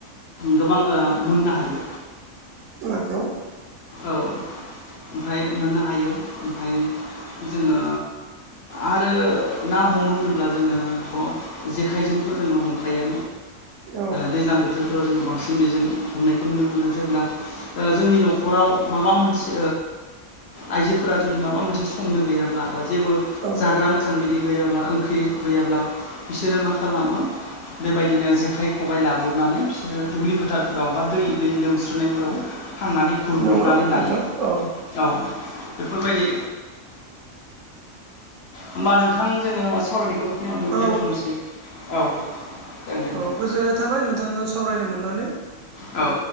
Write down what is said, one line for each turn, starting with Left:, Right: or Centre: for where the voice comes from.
Left: गोबां मोननो हायो
Right: औ नंगौ
Left: औ। ओमफ्राय मोननो हायो। ओमफ्राय जोङो आरो ना हम होनोब्ला जो जेजोंथ जो हमखायो
Right: औ
Left: दैज्लां बोथोर बोथोरफ्राव जोङो बांसिन बेजों हमनायखौ नुनो मोनो जेब्ला जोंनि न'खराव माबा मोनसे आइजोफोरा जुदि माबा मोनसे संनो गैयाब्ला बा जेबो
Right: औ
Left: जाग्रा मोजां बिदि गैयाब्ला ओंख्रि गैयाब्ला बिसोरो मा खालामो बेबायदिनो जेखाइ खबाइ लाब्रबनानै बिसोरो दुब्लि फोथारफोराव बा दै दै लोमस्रनायफोराव थांनानै गुरब्रबनानै
Right: नंगौ
Left: लायो।
Right: नोंथां औ
Left: औ बेफोरबायदि होमबा नोंथां जोङो सावरायनायखौ बेखिनियावनो
Right: औ
Left: दोन्थ'नोसै औ। जागोन दे
Right: औ
Left: नोंथां
Right: गोजोननाय थाबाय नोंथांजों सावरायनो मोननानै।
Left: औ।